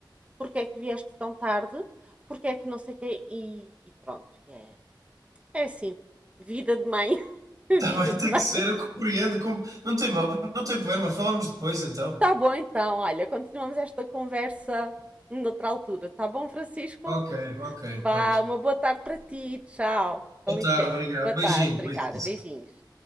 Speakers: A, on the right (about 15°); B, on the right (about 45°).
A: Porque é que vieste tão tarde? Porque é que não sei o quê? E, e pronto, e é Yeah. É assim, vida de mãe, <laughs> vida
B: Tá bem,
A: de
B: tem
A: mãe.
B: que ser, eu compreendo. com- Não tem mal, não tem problema, falamos depois então.
A: Tá bom então, olha, continuamos esta conversa noutra altura. Tá bom, Francisco?
B: Ok, ok,
A: Vá,
B: pronto.
A: uma boa tarde para ti, tchau. Com
B: Boa
A: licença.
B: tarde, obrigado.
A: Boa
B: Beijinho,
A: tarde, obrigada,
B: beijinho.
A: beijinhos.